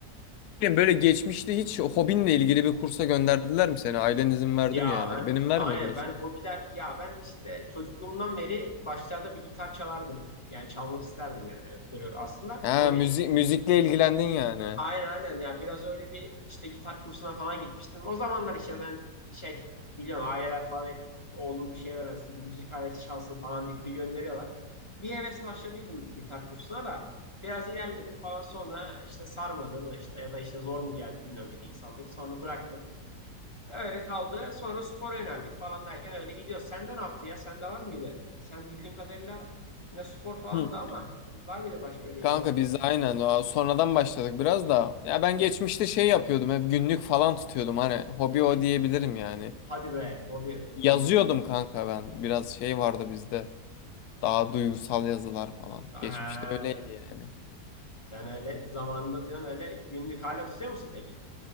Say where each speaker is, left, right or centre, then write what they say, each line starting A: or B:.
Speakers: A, on the left; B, on the left.
A: bileyim böyle geçmişte hiç hobinle ilgili bir kursa gönderdiler mi seni? Ailen izin verdi
B: Ya
A: mi yani?
B: ben
A: Benim vermiyordu
B: aynen
A: mesela.
B: ben hobiler ya ben işte çocukluğumdan beri başlarda bir gitar çalardım. Yani çalmak isterdim yani Hep böyle aslında
A: Ha
B: hobi
A: müzik müzikle ilgilendin yani.
B: aynen aynen ya biraz öyle bir işte gitar kursuna falan gitmiştim. O zamanlar işte ben şey biliyorsun aileler falan hep oğlum bir şey öğrensin bir müzik aleti çalsın falan deyip bir gönderiyorlar. Bir heves başladıydım gitar kursuna da biraz ilerledim falan sonra işte sarmadı mı işte ya da işte zor mu geldi bilmiyorum işte insanlık sonra bıraktım. Öyle kaldı. Sonra spora yöneldik falan derken öyle gidiyor. Senden ne yaptın ya? Sende var mıydı? Sen bildiğim kadarıyla yine spor falan
A: Hı.
B: da ama var mıydı başka öyle
A: Kanka
B: ilgilendiğin?
A: biz de aynen o sonradan başladık biraz da. Ya ben geçmişte şey yapıyordum hep günlük falan tutuyordum hani hobi o diyebilirim yani.
B: Hadi be hobi
A: Yazıyordum
B: günlük.
A: kanka ben. Biraz şey vardı bizde. Daha duygusal yazılar falan.
B: Ha,
A: Geçmişte öyleydi yani.
B: sen öyle zamanında diyorsun öyle günlük hala tutuyor musun peki?